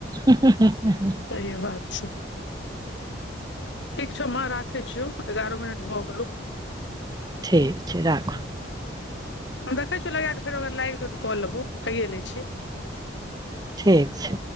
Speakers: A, on the right; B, on the left.
A: हुं हुं हुं हुं हुं
B: सही बात छै ठीक छौ माँ राखै छियौ एगारह मिनट भऽ गेलौ
A: ठीक छै राख
B: हम देखै छियौ लगै कऽ फेरो अगर लागि जेतय तऽ कऽ लेबौ कैए लै छी
A: ठीक छै